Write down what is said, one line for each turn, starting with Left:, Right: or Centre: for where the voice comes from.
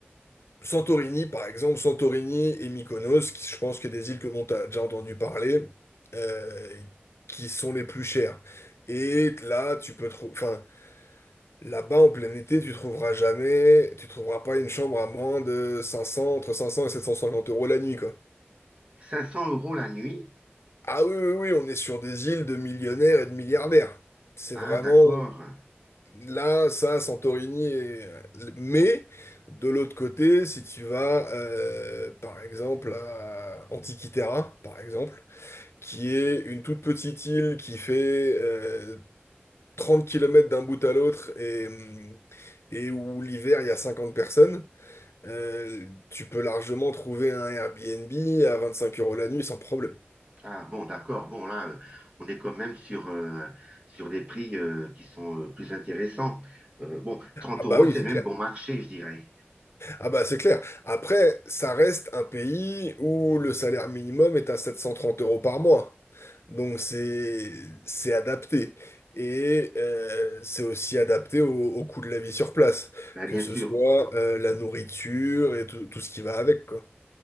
Left: Santorini, par exemple, Santorini et Mykonos, qui, je pense que des îles que l'on t'a déjà entendu parler, euh, qui sont les plus chères. Et là, tu peux trouver, enfin, là-bas, en plein été, tu trouveras jamais, tu trouveras pas une chambre à moins de 500, entre 500 et 750 euros la nuit, quoi.
Right: 500 euros la nuit?
Left: Ah oui, oui, oui, on est sur des îles de millionnaires et de milliardaires. C'est
Right: Ah,
Left: vraiment
Right: d'accord.
Left: là, ça, Santorini. et- Mais de l'autre côté, si tu vas, euh, par exemple, à Antikythera, par exemple, qui est une toute petite île qui fait euh, 30 km d'un bout à l'autre et, hum, et où l'hiver, il y a 50 personnes, euh, tu peux largement trouver un Airbnb à 25 euros la nuit sans problème.
Right: Ah, bon, d'accord. Bon, là, euh, on est quand même sur, euh, sur des prix euh, qui sont euh, plus intéressants. Euh, bon, 30
Left: Ah bah
Right: euros,
Left: oui,
Right: c'est
Left: c'est
Right: même
Left: clair.
Right: bon marché, je dirais.
Left: Ah bah c'est clair. Après, ça reste un pays où le salaire minimum est à 730 euros par mois. Donc c'est c'est adapté. Et euh, c'est aussi adapté au, au coût de la vie sur place,
Right: Ben,
Left: que
Right: bien
Left: ce
Right: sûr.
Left: soit euh, la nourriture et tout, tout ce qui va avec, quoi.